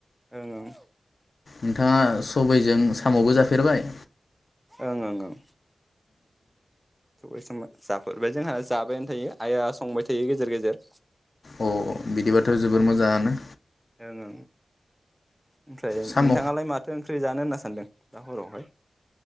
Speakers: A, in the centre; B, on the left.
A: ओं ओं।
B: नोंथाङा सबायजों सामावबो जाफेरबाय
A: ओं ओं ओं। सबाय सबाय जाफेबाय जोंहा जाबायानो थायो आइआ संबाय थायो गेजेर गेजेर
B: अ बिदिबाथ' जोबोर मोजाङानो।
A: ओं ओं ओमफ्राय नोंथाङालाय
B: साम'
A: माथो ओंख्रि जानो होनना सानदों दा हरावहाय